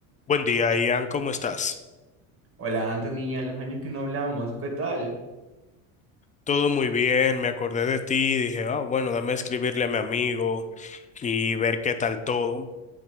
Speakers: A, on the left; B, on the right.
A: Buen día, Ian, ¿cómo estás?
B: Hola Anthony, a los años que no hablamos, ¿qué tal?
A: Todo muy bien, me acordé de ti, dije, ah, bueno, dame escribirle a mi amigo y ver qué tal todo.